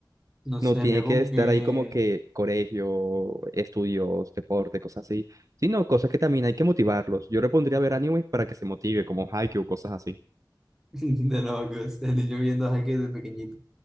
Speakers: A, in the centre; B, on the right.
A: No
B: No
A: sé,
B: tiene
A: yo
B: que
A: con
B: estar
A: que
B: ahí como que colegio, estudios, deporte, cosas así, sino cosas que también hay que motivarlos. Yo le pondría a ver anime para que se motive, como Haikyuu, cosas así.
A: <laughs> de locos, el niño viendo a Jaque desde pequeñito.